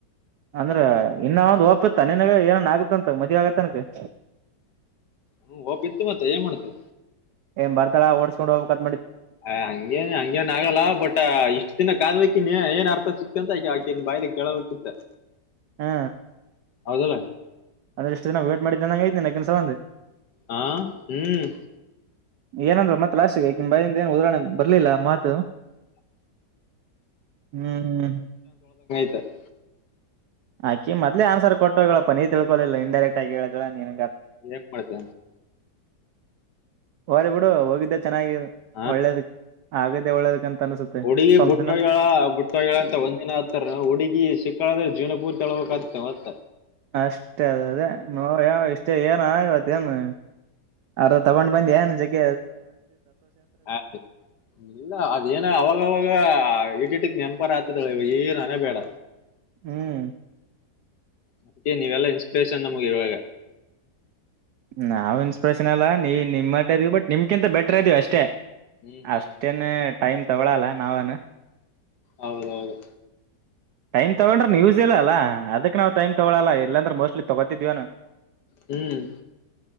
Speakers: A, on the right; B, on the left.
A: ಅಂದ್ರ ಇನ್ನ ಒಂದು ಒಓಪತ್ತ ನನ್ಗ ಏನನ್ ಆಗತ್ತಂತ ಮದ್ವಿ ಆಗತ್ತನಕ
B: ಹ್ಮ ಓಪ್ ಇತ್ತು ಮತ್ತೆ ಏನ್ ಮಾಡ್ತ
A: ಏ್ ಬರ್ತಳ ಓಡ್ಸ್ಕೊಂಡ ಹೋಗಬೇಕ
B: ಅ ಹಂಗೇ ಹಂಗೇನ್ ಆಗಲ್ಲ ಬಟ್ ಇಷ್ಟ್ ದಿನ ಕದಕ್ಕಿನ್ ಏನ್ ಅರ್ಥ ಸಿಕ್ತ ಅಂತ ಆಗ ಆಕನ್ ಬಾಯ್ಲಿ ಕೇಳಬೇಕಕತ್ತ
A: ಹಾ
B: ಹೌದಲ್ಲ
A: ಅದ ಎಷ್ಟು ದಿನ ವೇಟ್ ಮಾಡಿದ್ದ ನಂಗೈಐನ ನಕ್ಕನ್ಸಲ ಒಂದು
B: ಹಾ ಹ್ಮ್
A: ಏನಂದ್ರರು ಮತ್ತತ್ ಲಾಸ್ಟ್ಗಕ ಬಿಂದ ನ್ ಉದಣ ಬರ್ಲಿಲ್ಲ ಮಾತು ಹ್ಮ್ ಹ್ಮ್ ಹ್ಮ್
B: ಹತ್ತ <unintelligible>
A: ಆಾಕ ಮದ್ಲೆ ಆನ್ಸರ್ ಕೊಟ್ಟೋಗ ಹೇಳಪ್ಪ ನೀ ತಿಳ್ಕೊಲಿಲ್ಲ ಇಂಡೈರೆಕ್ಟ್ ಆಗಿ ಹೇಳಿದ ನೀನ್
B: ಇದ ಹೆಂಗ ಮಾಡ್ತ
A: ಹಓದ ಬಿುಡು ಹೋಗಿದ್ದೆ ಚೆನ್ನಾಗಿ
B: ಹಾ
A: ಒಳ್ಳೇದ ಆಗಿದ್ದೇ ಒಳ್ಳೇದಕಂತ ಅನ್ಸುತ್ತೆ
B: ಹುಡುಗಿ
A: ಸ್ವಲ್ಪ
B: ಬುಟ್ಟಗಳ
A: ದಿನ
B: ಬುಟ್ಟಗಳಂತ ಒಂದ್ ಜನ ಆಗ್ತಾರ ಹುಡುಗಿ ಸಿಕ್ಕಳಂದ್ರೆ ಜೀವನ ಪೂರ್ತಿ ಅಳಬೇಕ ಆತ್ತೆ ಮತ್ತೆ
A: ಅಷ್ಟೇ ಅದ ಅದೇ ನೋ ಯಾವ ಇಷ್ಟೇ ಏನ ಇವತ್ತೇಏನು ಅರ ತಗೊಂಡ್ ಬಂದ ಏನ್ ಜಗ್
B: ಆ ಇಲ್ಲ ಅದೇನ ಅವಾಗವಾಗ ಇಟ್ಟಿಟ್ಟಕ್ ನೆನ್ಪ ಪ್ಪರ ಆತದಳ ಇವ ಏ ನನೆೇ ಬೇಡ
A: ಹ್ಮ್
B: ಅದಕ್ಕೆ ನೀವೆಲ್ಲಾ ಇನ್ಸ್ಪಿರೇಷನ್ ನಮಗೆ ಇವಾಗ
A: ನಾವವುಇನ್ಸ್ಪ್ರೆಷನ್ ಅಲ್ಲಾ ನೀ ನಿಮ್ ಮಟ್ಟ ಇದೀವಿ ಬಟ್ ನಿಮ್ಕಿಂತ ಬೆಟರ್ ಇದೀವಿ ಅಷ್ಟೇ
B: ಹ್ಮ್ ಹ್ಮ್
A: ಅಷ್ಟೇನ್ ಟೈಮ್ ತಗೊಳಲ್ಲ ನಾವನು
B: ಹೌದೌದು
A: ಟೈಮ್ ತಗೊಂಡ್ರೆ ನ್ಯೂಸ್ ಇಲ್ಲ ಅಲ್ಲ ಅದಕ್ಕೆ ನಾವು ಟೈಮ್ ತೊಗೊಳಲ್ಲ ಇಲ್ಲಾಂದ್ರೆ ಮೋಸ್ಟ್ ತೊಗೋತಿದ್ವಿನು
B: ಹ್ಮ್